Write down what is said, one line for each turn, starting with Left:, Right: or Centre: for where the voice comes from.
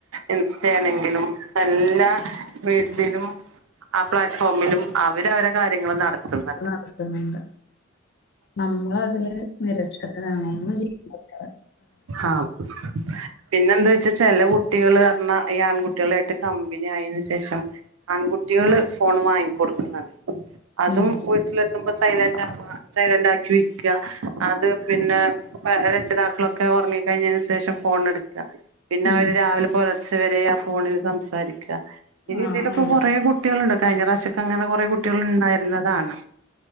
Right: ഇൻസ്റ്റ ആണെങ്കിലും എല്ലാ വീ തിലും ആ പ്ലാറ്റ്ഫോമിലും അവര് അവരെ കാര്യങ്ങള് നടത്തുന്നുണ്ട്
Left: നടത്തുന്നുണ്ട് നമ്മളതില് നിരക്ഷരരാണ ഒന്നും ചെയ്യില്ല
Right: ആഹ് പിന്നെ എന്താ വെച്ചാ ചില കുട്ടികള് ർഞ്ഞ ഈ ആൺകുട്ടികള് റ്റ് കമ്പനി ആയതിന് ശേഷം ആൺകുട്ടികള് ഫോണ് വാങ്ങി ക്കൊടുക്കുന്നുണ്ട് അതും
Left: ഉം
Right: വീട്ടിലെത്തുമ്പോ സൈലന്റ് ആവാ സൈലന്റ് ആക്കി വെക്കാ അത് പിന്നെ രക്ഷിതാക്കളൊക്കെ ഒറങ്ങി കഴിഞ്ഞതിന് ശേഷം ഫോൺ എടുക്ക പിന്നെ
Left: ഉം
Right: അവര് രാവിലെ പുലർച്ച വരെ ആ ഫോണിൽ സംസാരിക്ക ഈ രീതിയിലൊക്കെ
Left: ആഹ് ആഹ്
Right: കുറെേ കുട്ടിയാള്ണ്ട് കഴിഞ്ഞറാശ്യക്കെ അങ്ങനെ കുറെ കുട്ടിയാൾ ഇണ്ടായിരുന്നതാണ്